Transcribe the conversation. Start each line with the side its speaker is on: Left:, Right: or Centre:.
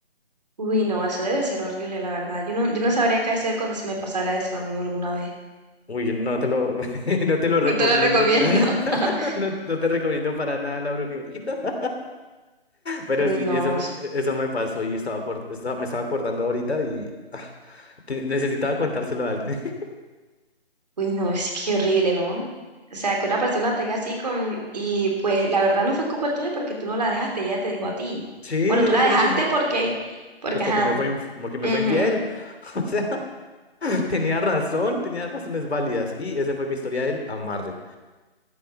Right: Uy, no, eso debe ser horrible, la verdad. Yo no, yo no sabría qué hacer cuando si me pasara eso a mí alguna vez.
Left: Uy, no te lo, <laughs> no te lo
Right: <laughs>
Left: recomiendo.
Right: No te lo recomiendo.
Left: <laughs>
Right: <laughs>
Left: No, no te recomiendo para nada la brujería. <laughs> Pero
Right: Uy,
Left: sí,
Right: no,
Left: eso, me-
Right: es-
Left: eso me pasó y estaba, acor- estaba- me estaba acordando ahorita y ah, te- necesitaba contárselo a alguien. <laughs>
Right: uy, no, es que horrible, ¿no? O sea, que una persona te haga así con... Y pues la verdad no fue culpa tuya porque tú no la dejaste, ella te dejó a ti.
Left: Sí,
Right: Bueno, tú
Left: ella
Right: la
Left: fue
Right: dejaste
Left: la que me...
Right: porque... Porque,
Left: Pues
Right: ajá.
Left: porque me fue, inf- porque me
Right: ujú.
Left: fue infiel. <laughs> O sea, tenía razón, tenía razones válidas. Y esa fue mi historia del amarre.